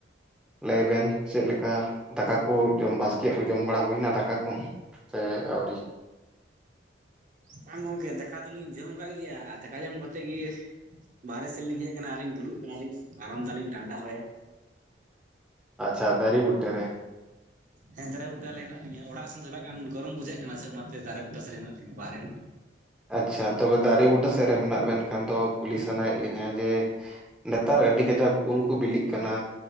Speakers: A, in the centre; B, on the right.
A: ᱞᱟᱹᱭᱵᱮᱱ ᱪᱮᱫ ᱞᱮᱠᱟ ᱫᱟᱠᱟ ᱠᱚ ᱡᱚᱢ ᱵᱟᱥᱠᱮᱭᱟᱜ ᱠᱚ ᱡᱚᱢ ᱵᱟᱲᱟ ᱦᱩᱭᱱᱟ ᱫᱟᱠᱟ ᱠᱚ? ᱥᱮ ᱟᱹᱣᱨᱤ?
B: ᱵᱟᱝ ᱜᱚᱝᱠᱮ ᱫᱟᱠᱟ ᱫᱚᱞᱤᱧ ᱡᱚᱢ ᱠᱟᱜ ᱜᱮᱭᱟ ᱟᱨ ᱫᱟᱠᱟ ᱡᱚᱢ ᱠᱟᱛᱮᱜ ᱜᱮ ᱵᱟᱦᱮᱨᱮ ᱥᱮᱫᱞᱤᱧ ᱦᱮᱜ ᱠᱟᱱᱟ ᱟᱨᱞᱤᱧ ᱫᱩᱲᱩᱵ ᱠᱟᱱᱟ ᱞᱤᱧ ᱟᱨᱟᱢ ᱫᱟᱞᱤᱧ ᱜᱟᱸᱰᱟ ᱦᱚᱭ᱾
A: ᱟᱪᱷᱟ ᱫᱟᱹᱨᱤ ᱵᱩᱴᱟᱹ ᱨᱮ?
B: ᱦᱮᱸ ᱫᱟᱨᱮ ᱵᱩᱴᱟ. ᱨᱮ ᱦᱮᱱᱟᱜ ᱞᱤᱧ ᱚᱲᱟᱜ ᱥᱮᱱ ᱛᱷᱚᱲᱟᱜᱟᱱ ᱜᱚᱨᱚᱢ ᱵᱩᱡᱷᱟᱹᱜ ᱠᱟᱱᱟ ᱥᱮ ᱚᱱᱟᱛᱮ ᱫᱟᱨᱮ ᱵᱩᱴᱟᱹ ᱥᱮᱫ ᱨᱮ ᱦᱮᱱᱟᱜ ᱞᱤᱧᱟ᱾ ᱵᱟᱦᱨᱮ
A: ᱟᱪᱪᱷᱟ ᱛᱚᱵᱮ ᱫᱟᱨᱮ ᱵᱩᱴᱟᱹ ᱥᱮᱫ ᱨᱮ ᱢᱮᱱᱟᱜ ᱵᱮᱱᱠᱷᱟᱱ ᱫᱚ ᱠᱩᱞᱤ ᱥᱟᱱᱟᱭᱮᱫ ᱞᱤᱧᱟᱹ ᱡᱮ ᱱᱮᱛᱟᱨ ᱟᱹᱰᱤ ᱠᱟᱡᱟᱠ ᱩᱞ ᱠᱚ ᱵᱤᱞᱤᱜ ᱠᱟᱱᱟ᱾